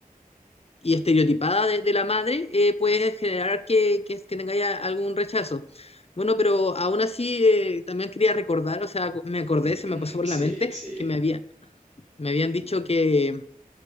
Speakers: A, on the left; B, on the right.
A: y estereotipada desde la madre, eh, puede generar que, que, que tengáis a- algún rechazo. Bueno, pero aún así eh, también quería recordar, o sea, me acordé,
B: Ujú,
A: se me pasó por
B: sí,
A: la mente,
B: sí.
A: que me habían, me habían dicho que,